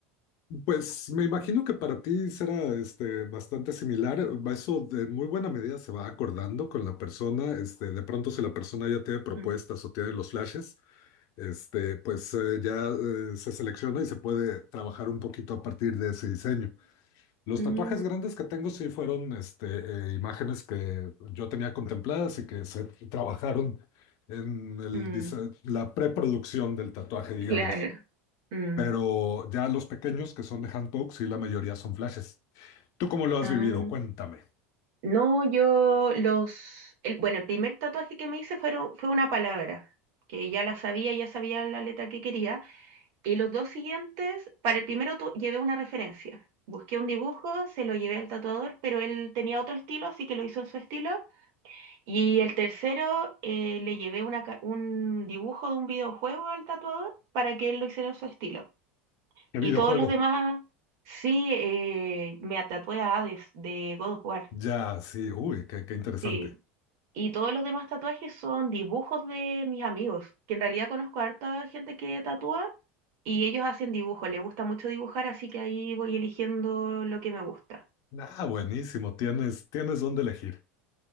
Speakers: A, on the left; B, on the right.
A: Pues me imagino que para ti será este, bastante similar. Eso de muy buena medida se va acordando con la persona. Este, de pronto, si la persona ya tiene propuestas
B: Mm,
A: o tiene los flashes, este, pues eh, ya eh, se selecciona y se puede trabajar un poquito a partir de ese diseño. Los
B: ujú,
A: tatuajes grandes que tengo sí fueron este, eh, imágenes que yo tenía contempladas y que se trabajaron en el
B: Mm,
A: dise- la preproducción del tatuaje, digamos.
B: claro. Mm.
A: Pero ya los pequeños que son de handpoke, sí, la mayoría son flashes. ¿Tú cómo lo has
B: Ah,
A: vivido? Cuéntame.
B: no, yo los... el- bueno, el primer tatuaje que me hice fueron, fue una palabra, que ya la sabía, ya sabía la letra que quería. Y los dos siguientes, para el primero tu- llevé una referencia. Busqué un dibujo, se lo llevé al tatuador, pero él tenía otro estilo, así que lo hizo en su estilo. Y el tercero, eh, le llevé una ca- un dibujo de un videojuego al tatuador para que él lo hiciera en su estilo.
A: ¿Qué
B: Y
A: videojuego?
B: todos los demás, sí, eh, me tatué a Hades de God of War,
A: Ya, sí, uy, qué, qué interesante.
B: sí. Y todos los demás tatuajes son dibujos de mis amigos, que en realidad conozco a harta gente que tatúa y ellos hacen dibujos, les gusta mucho dibujar, así que ahí voy eligiendo lo que me gusta.
A: Ah, buenísimo, tienes, tienes dónde elegir.